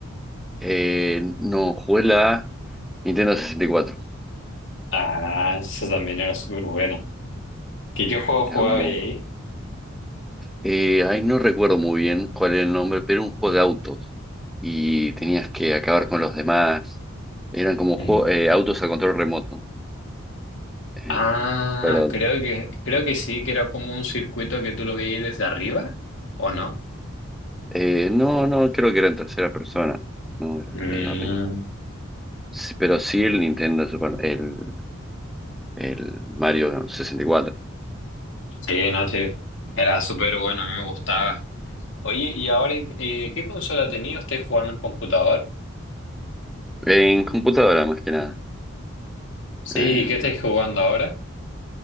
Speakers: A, in the centre; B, on the left.
A: Eh, no, jugué la Nintendo 64,
B: Ah, eso también era súper bueno. ¿Qué, qué juego
A: era
B: jugaba
A: muy-
B: ahí?
A: eh, ahí no recuerdo muy bien cuál era el nombre, pero era un juego de autos y tenías que acabar con los demás, eran como
B: Mm.
A: jue- eh, autos a control remoto, Eh,
B: Ah,
A: pero
B: creo que, creo que sí, que era como un circuito que tú lo veías desde arriba, ¿o no?
A: eh, no, no, creo que era en tercera persona, no, era
B: Mm,
A: de arriba. Sí, pero sí el Nintendo, Super- el, el Mario 64.
B: sí, no, sí. Era súper bueno, a mí me gustaba. Oye, ¿y ahora en- eh, qué consola tenías? ¿Estás jugando en computador?
A: En computadora más que nada.
B: Sí,
A: Eh,
B: ¿qué estás jugando ahora?